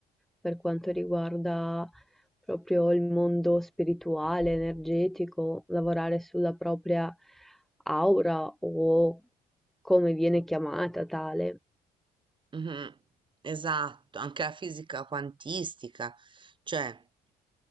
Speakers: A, in the centre; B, on the right.
A: per quanto riguarda proprio il mondo spirituale, energetico, lavorare sulla propria aura o come viene chiamata tale.
B: Mhm, Esatto, anche la fisica quantistica, cioè